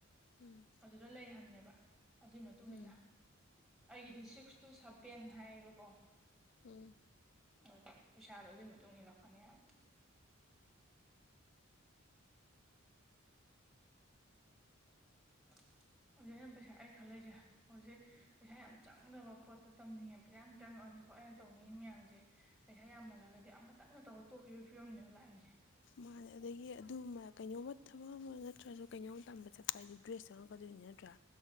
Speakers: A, on the left; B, in the centre.
A: ꯎꯝ
B: ꯑꯗꯨꯗ ꯂꯩ ꯍꯥꯏꯅꯦꯕ ꯑꯗꯨꯏ ꯃꯇꯨꯡ
A: ꯎꯝ
B: ꯏꯟꯅ ꯑꯩꯒꯤ ꯁꯤꯛꯁ ꯇꯨ ꯁꯚꯦꯟ ꯍꯥꯏꯌꯦꯕꯀꯣ
A: ꯎꯝ
B: ꯑꯗꯨ ꯄꯩꯁꯥꯗꯣ ꯑꯗꯨꯒꯤ ꯃꯇꯨꯡ ꯏꯜꯂꯛꯀꯅꯤ ꯍꯥꯏꯕ <unintelligible> ꯍꯧꯖꯤꯛ ꯑꯩꯅ ꯄꯩꯁꯥ ꯑꯩ ꯈꯜꯂꯛꯁꯦ ꯍꯧꯖꯤꯛ ꯄꯩꯁꯥ ꯌꯥꯝ ꯆꯪꯗꯕ ꯄꯣꯠꯇ ꯇꯝꯅꯤꯡꯉꯦꯕ ꯄꯩꯁꯥ ꯌꯥꯝ ꯆꯪꯉꯛ ꯑꯀꯣ ꯑꯩꯅ ꯇꯧꯅꯤꯡꯏ ꯃꯌꯥꯝꯖꯦ ꯄꯩꯁꯥ ꯌꯥꯝꯃꯜꯂꯒꯗꯤ ꯑꯃꯇꯪꯅ ꯇꯧꯔ ꯇꯣꯛꯈꯤꯕ ꯐꯤꯕꯝꯅꯦꯕ ꯂꯥꯛꯏꯁꯦ
A: ꯃꯥꯅꯦ ꯑꯗꯒꯤ ꯑꯗꯨꯃ ꯀꯩꯅꯣꯝꯃ ꯊꯕꯛ ꯑꯃ ꯅꯠꯇ꯭ꯔꯁꯨ ꯀꯩꯅꯣꯝ ꯇꯝꯕ ꯆꯠꯄ ꯍꯥꯏꯁꯦ ꯗ꯭ꯔꯦꯁ ꯆꯪꯉꯛꯀꯗꯣꯏꯅꯤ ꯅꯠꯇ꯭ꯔꯥ